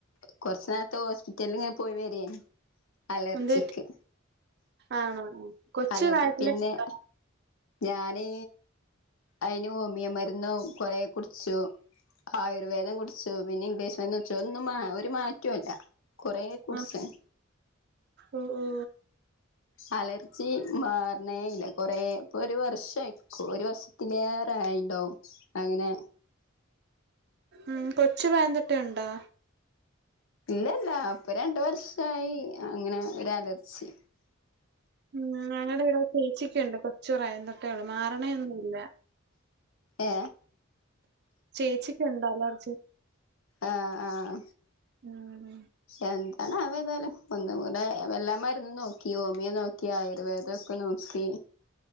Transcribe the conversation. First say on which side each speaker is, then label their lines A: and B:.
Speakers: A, on the left; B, on the right.
A: കൊറച്ച് നേരത്തെ ഹോസ്പിറ്റലിങ്ങനെ പോയി വരിന് അലർജിക്ക്
B: എന്ത് പറ്റി ആണോ കൊച്ചു
A: അലർജി
B: പ്രായത്തിലെ
A: പിന്നെ
B: ഉണ്ടോ
A: ഞാനെ അയിന് ഓമിയോ മരുന്ന് കൊറെ കുടിച്ചു ആയുർവേദം കുടിച്ചു പിന്നെ ഇംഗ്ലീഷ് മരുന്ന് കുടിച്ചു അതൊന്നും ഒരു മാറ്റോം ഇല്ല കൊറേ കുടിച്ചാൻ
B: ആ ഓ ഓ
A: അലർച്ചി മാറണേല്ല കൊറേ ഇപ്പൊ ഒരു വർഷായിക്കും ഒരു വർഷത്തിലേറെ ആയിണ്ടാവും അങ്ങനെ
B: ഉം കൊച്ചുപ്രായംതോട്ടെ ഇണ്ടോ
A: ഇല്ലല്ല ഇപ്പ രണ്ട് വർഷായി അങ്ങനെ ഒരു അലർച്ചി
B: ഉം ഞങ്ങടെ ഇവിടെ ചേച്ചിക്ക്ണ്ട് കൊച്ചുപ്രായതോട്ടെ മാറണൊന്നുമില്ല
A: ഏ
B: ചേച്ചിക്ക് ഇണ്ട് അലർജി
A: ആഹ് ആഹ്
B: ഉം
A: എന്താണാവോ ഏതായാലും ഒന്നും കൂടെ എല്ലാ മരുന്ന് നോക്കി ഓമിയെ നോക്കി ഈ ആയുർവേദൊക്കെ നോക്കി